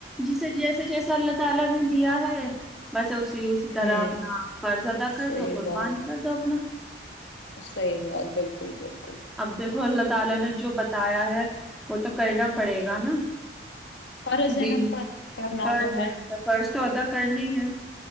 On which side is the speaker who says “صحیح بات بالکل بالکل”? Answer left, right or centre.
Left